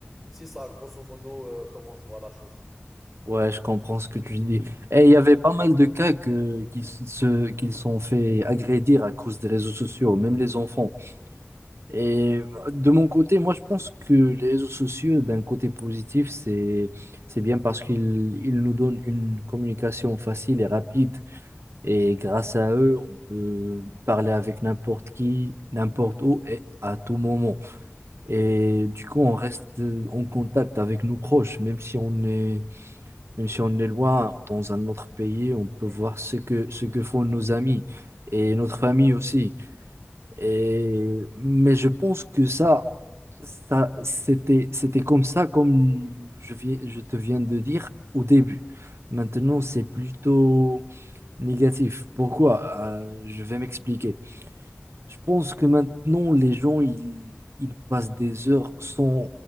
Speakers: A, in the centre; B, on the right.
A: c'est ça, grosso modo, euh, comment je vois la chose.
B: Ouais, je comprends ce que tu dis. Et il y avait pas mal de cas que, qu'ils se, qu'ils sont fait agrédir à cause des réseaux sociaux, même les enfants. Et de mon côté, moi, je pense que les réseaux sociaux, d'un côté positif, c'est, c'est bien parce qu'ils, ils nous donnent une communication facile et rapide Et grâce à eux, on peut parler avec n'importe qui, n'importe où et à tout moment. Et du coup, on reste euh, en contact avec nos proches, même si on est, même si on est loin dans un autre pays, on peut
A: Oui,
B: voir ce que, ce que font nos amis et notre famille aussi. Et, mais je pense que ça, ça, c'était, c'était comme ça, comme je viens, je te viens de dire au début. Maintenant, c'est plutôt Négatif. Pourquoi? Euh, je vais m'expliquer. Je pense que maintenant, les gens, ils, ils passent des heures sans